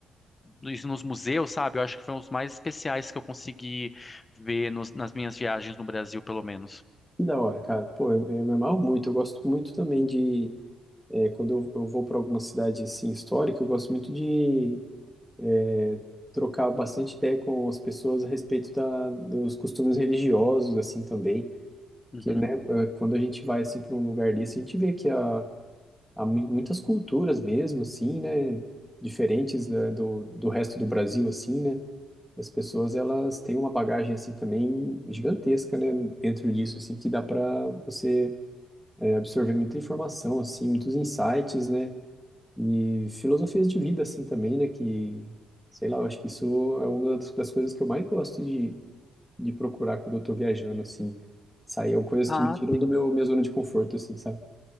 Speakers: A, on the left; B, in the centre.
A: isso nos museus, sabe? Eu acho que foi um dos mais especiais que eu consegui ver nos- nas minhas viagens no Brasil, pelo menos.
B: que da hora, cara. Pô, eu, eu me amarro muito, eu gosto muito também de É, quando eu, eu vou para alguma cidade assim histórica, eu gosto muito de é, trocar bastante ideia com as pessoas a respeito da, dos costumes religiosos assim também,
A: Uhum.
B: que né, eh, quando a gente vai assim para um lugar desse, a gente vê que há, há mui- muitas culturas mesmo assim, né, diferentes né, do, do resto do Brasil assim, né? As pessoas elas têm uma bagagem assim também gigantesca, né, dentro disso assim que dá para você eh, absorver muita informação assim, muitos insights, né? E filosofias de vida, assim, também, né? Que, sei lá, eu acho que isso é uma das, das coisas que eu mais gosto de, de procurar quando eu tô viajando, assim. Sair coisas
A: Ah,
B: que me tiram
A: sim.
B: do meu, minha zona de conforto, assim, sabe?